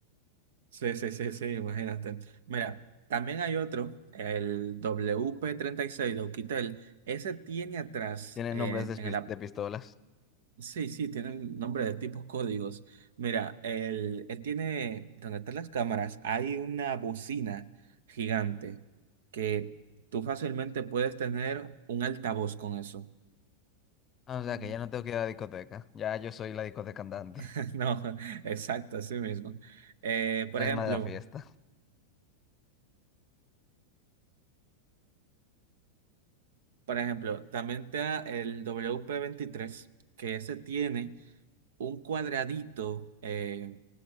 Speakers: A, on the right; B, on the left.
A: Sí, sí, sí, sí, imagínate. Mira, también hay otro, el WP36 de Oukitel, ese tiene atrás,
B: Tienen
A: eh,
B: nombres de, pis-
A: en el
B: de pistolas.
A: Sí, sí, tienen nombre de tipos códigos. Mira, él, él tiene, donde están las cámaras, hay una bocina gigante que tú fácilmente puedes tener un altavoz con eso.
B: Ah, o sea,
A: Ah.
B: que ya no tengo que ir a la discoteca. Ya yo soy la discoteca andante,
A: <laughs> No, exacto, así mismo. Eh,
B: <laughs>
A: por
B: el
A: ejemplo,
B: alma de la fiesta.
A: por ejemplo, también está el wp veintitrés que ese tiene un cuadradito eh,